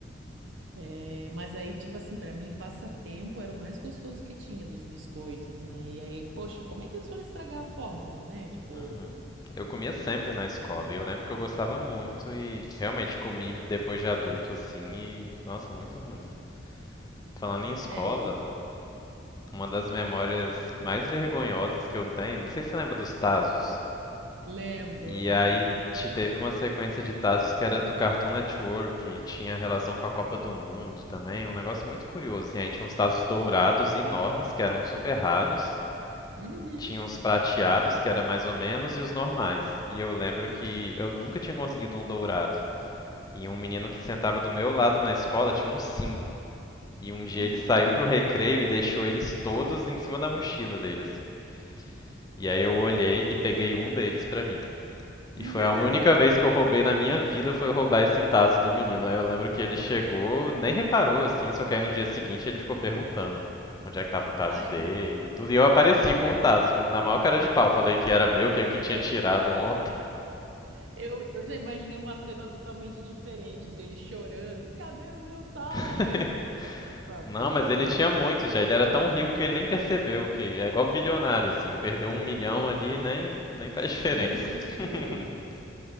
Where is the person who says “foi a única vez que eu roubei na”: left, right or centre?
Left